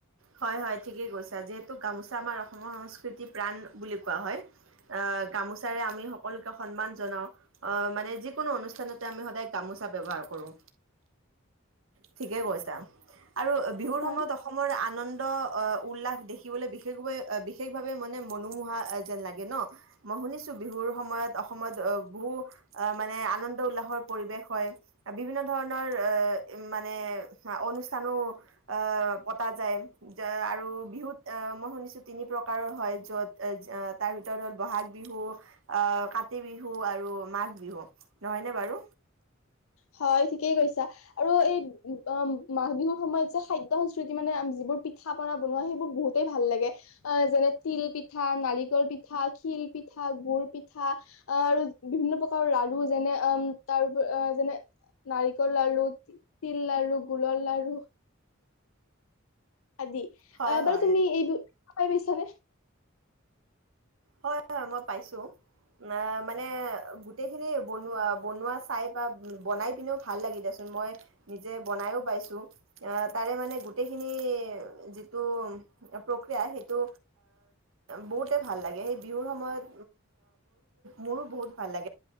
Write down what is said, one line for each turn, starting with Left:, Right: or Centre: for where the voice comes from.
Right: হয় হয় ঠিকেই কৈছা যিহেতু গামোচা আমাৰ অসমৰ সংস্কৃতি প্ৰাণ বুলি কোৱা হয় আহ গামোচাৰে আমি সকলোকে সন্মান জনাও আহ মানে যিকোনো অনুষ্ঠানতে আমি সদায় গামোচা ব্য্ৱহাৰ কৰো। ঠিকেই কৈছা। আৰু বিহুৰ
Left: হয়
Right: সময়ত অসমৰ আনন্দ উল্লাস দেখিবলৈ বিশেষভে বিশেষভাৱে মানে মনোমোহা যেন লাগে ন মই শুনিছো বিহুৰ সময়ত অসমত আহ বহু আহ মানে আনন্দ উল্লাসৰ পৰিৱেশ হয় বিভিন্ন ধৰণৰ অ উ মানে অনুষ্ঠানো অ পতা যায় আৰু বিহুত মই শুনিছো তিনি প্ৰকাৰৰ হয় য'ত তাৰ ভিতৰত হ'ল বহাগ বিহু আহ কাতি বিহু আৰু মাঘ বিহু নহয়নে বাৰু।
Left: হয় ঠিকেই কৈছা আৰু এই মাঘ বিহুৰ সময়ত যে খাদ্য সংস্কৃতি মানে যিবোৰ পিঠা পনা বনোৱা সেইবোৰ বহুতেই ভাল লাগে অ যেনে তিল পিঠা নাৰিকল পিঠা শিল পিঠা গুৰ পিঠা আহ আৰু বিভিন্ন প্ৰকাৰৰ লাৰু যেনে অ তাৰ যেনে নাৰিকল লাৰু তিল লাৰু গোলৰ লাৰু আদি
Right: হয়
Left: বাৰু
Right: হয়
Left: তুমি এই খায় পাইচা নে?
Right: হয় হয় মই পাইছোঁ মানে গোটেইখিনি বনোৱা বনোৱা চাই বা বনাই পনেও ভাল লাগি দেিয়চোন মই নিজে বনায়ো পাইছোঁ তাৰে মানে গোটেইখিনি যিটো প্ৰক্ৰিয়া সেইটো বহুতে ভাল লাগে। সেই বিহুৰ সময়ত মোৰো বহুত ভাল লাগে